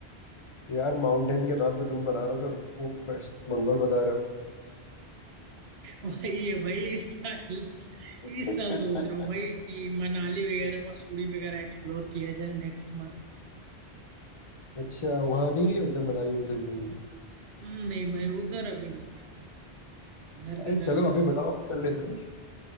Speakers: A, on the left (about 30°); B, on the right (about 70°).
A: यार माउंटेन के नाम पे तुम बनारस और वो वेस्ट बंगाल बता रहे हो
B: भाई ये भाई इस साल
A: <laughs>
B: इस साल सोच रहा हूँ भाई कि मनाली वगैरह मसूरी वगैरह एक्सप्लोर किया जाए नेक्स्ट मंथ
A: अच्छा वहां नहीं गए अभी तक मनाली मसूरी कहीं
B: नहीं भाई उधर अभी नहीं गया भाई उधर
A: अरे
B: के
A: चलो
B: दर्शन
A: अभी
B: ही नहीं
A: बताओ
B: हो
A: अभी
B: रहे
A: चल लेते हैं